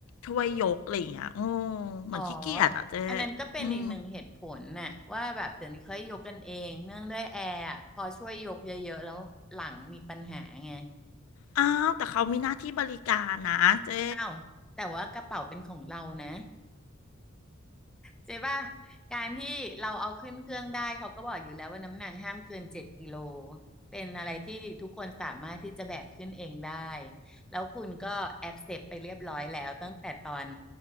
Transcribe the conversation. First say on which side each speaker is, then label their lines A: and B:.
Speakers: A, on the left; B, in the centre.
A: ช่วยยกอะไรอย่างเงี้ยอืมเหมือนขี้เกียจอ่ะเจ๊
B: อ๋ออันนั้นก็เป็นอีกหนึ่งเหตุผลน่ะว่าแบบเดี๋ยวนี้เขาให้ยกกันเองเนื่องด้วยแอร์อะพอช่วยยกเยอะๆแล้วหลังมีปัญหาไง
A: อืมอ้าวแต่เขามีหน้าที่บริการนะเจ๊
B: อ้าวแต่ว่ากระเป๋าเป็นของเรานะ เจ๊ป่ะการที่เราเอาขึ้นเครื่องได้เขาก็บอกอยู่แล้วว่าน้ำหนักห้ามเกินเจ็ดกิโล เป็นอะไรที่ทุกคนสามารถที่จะแบกขึ้นเองได้แล้วคุณก็แอ c เซปไปเรียบร้อยแล้วตั้งแต่ตอน